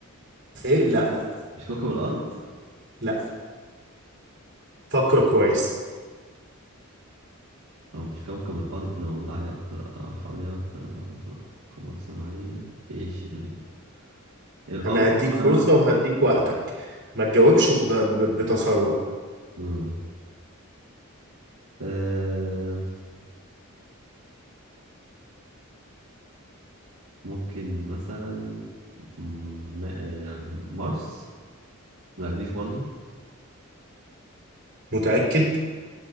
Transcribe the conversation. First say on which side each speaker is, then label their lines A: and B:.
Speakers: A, on the right; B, on the right.
A: ايه لا لا
B: مش كوكب الارض
A: لا فكر كويس
B: هو مش كوكب الارض اللي موجود عليه اكتر آه، حواليه اكتر قمر قمر صناعية ايش ال- القمر
A: انا هديك فرصة
B: آه،
A: وهديك وقتك ما تجاوبش مت- ب- بتسرع
B: مم. آه، ممكن مثلا م- آه، مارس مريخ برضو
A: متأكد